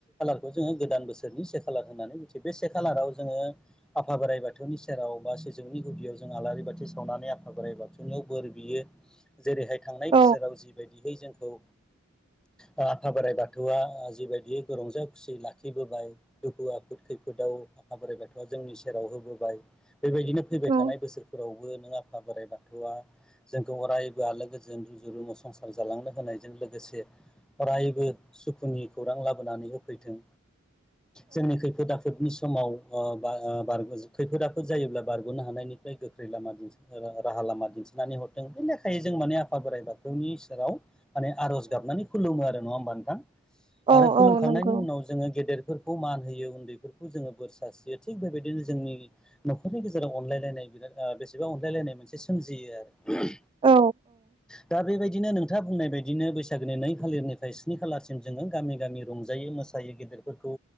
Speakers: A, in the centre; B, on the right.
A: खौ जोङो गोदान बोसोरनि से खालार होननानै मिथियो बे से खालाराव जोङो आ फा बोराइ बाथौनि सेराव बा सिजौनि गुदियाव जों आलारि बाथि सावनानै आफा बोराइ बाथौनियाव बोर बियो जेरैहाय थांनाय
B: औ
A: बोसोराव जिबायदिहै जोंखौ
B: <inaudible>
A: ओ आफा बोराइ बाथौआ जिबायदियै रंजा खुसि लाखिबोबाय दुखु आफोद खैफोदाव खौ आफा बोराइ बाथौआ जोंनि सेराव होबोबाय बेबायदिनो फैबाय
B: औ
A: थानाय बोसोरफोरावबो नों आ फा बोराइ बाथौआ जोंखौ अरायबो आलो गोजोन रुजु रुमु संसार जालांनो होनायजों लोगोसे अरायबो सुखुनि खौरां लाबोनानै होफैथों जोंनि खैफोद आफोदनि समाव ओ बा ओ बारबोज खैफोद आफोद जायोब्ला बारग'नो हानायनिफ्राय गोख्रै लामा दिन्थि ओ राहा लामा दिन्थिनानै हरथों नाखाय जों माने आफा बोराइ बाथौनि सेराव माने आर'ज गाबनानै खुलुमो आरो नङा होमबा नोंथां
B: औ
A: आरो
B: औ
A: खुलुमखांनायनि
B: औ नंगौ
A: उनाव जोङो गेदेर फोरखौ मान होयो उन्दैफोरखौ जोङो बोर सारस्रियो थिग बेबाय दिनो जोंनि न'खरनि गेजेराव अनलायलायनाय बिराद ओ बेसेबा अनलायलायनाय मोनसे सोमजियो आरो
B: औ
A: दा बेबायदिनो नों थाङा बुंनाय बायदिनो बैसागोनि नै खालिरनिफ्राय स्नि खालारसिम जोङो गामि गामि रंजायो मोसायो गेदेरफोरखौ खौ